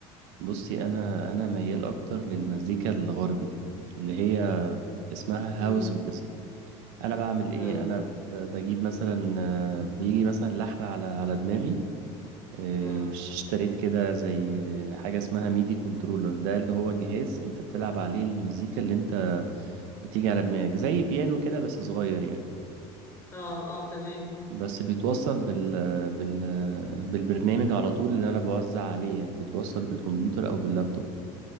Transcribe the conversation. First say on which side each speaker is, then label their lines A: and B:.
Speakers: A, on the right; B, on the left.
A: بصي انا انا ميال اكتر للمزيكا الغربي اللي هي اسمها
B: امم
A: هاوس ميوزك انا بعمل ايه
B: امم
A: انا ب- بجيب مثلا آه، بيجي مثلا لحن على على دماغي آه،
B: امم
A: اشتريت كده زي آه، حاجة اسمها ميدي كنترولر ده اللي هو جهاز انت بتلعب عليه المزيكا اللي انت بتيجي على دماغك زي بيانو كده بس صغير يعني
B: اه اه تمام
A: بس بيتوصل بال... بال... بالبرنامج على طول اللي انا بوزع عليه يعني بتوصل بالكمبيوتر او باللابتوب